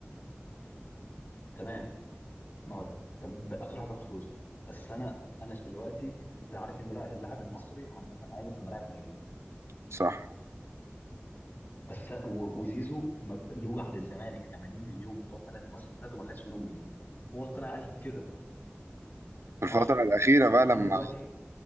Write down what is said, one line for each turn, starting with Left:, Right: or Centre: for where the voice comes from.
Left: تمام ما هو تم- بقى اخر واحد بياخد فلوس بس انا انا دلوقتي انت عارف ان لا- اللاعب المصري عامه عمره في الملاعب قليل
Right: صح
Left: بس و- وزيزو م- له عند الزمالك 80 مليون بتوع ثلاث مواسم فاتوا ما خدش منهم جنيه هو طلع قال كده
Right: في
Left: صح
Right: الفترة الأخيرة بقى
Left: طب
Right: لما
Left: انا دلوقتي